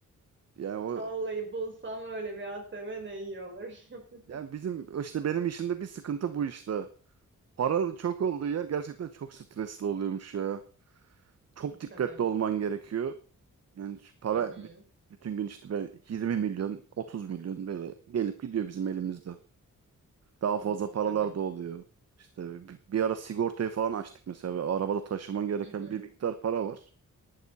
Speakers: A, on the right; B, on the right.
A: Yani o
B: Vallahi bulsam öyle bir ATM ne iyi olur. <laughs>
A: yani bizim işte benim işimde bir sıkıntı bu işte. Para çok olduğu yer gerçekten çok stresli oluyormuş ya. çok
B: E tabii.
A: dikkatli olman gerekiyor. Yani şu para
B: Hı hı.
A: bü- bütün gün işte ben 20 milyon, 30 milyon böyle gelip gidiyor bizim elimizde. Daha
B: Oo
A: fazla paralar
B: tabii.
A: da oluyor. İşte bir, bir ara sigortayı falan açtık mesela. Ve Arabada taşıman gereken
B: Hı hı.
A: bir miktar para var.